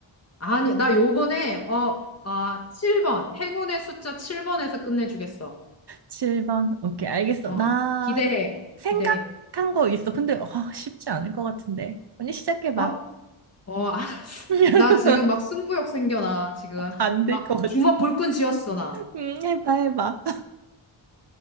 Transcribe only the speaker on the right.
7번. 오케이, 알겠어.
나
생각한
거 있어. 근데 와, 쉽지 않을 것 같은데. 언니 시작해봐.
<laughs>
안 될
것 같은.
음, 해봐, 해봐.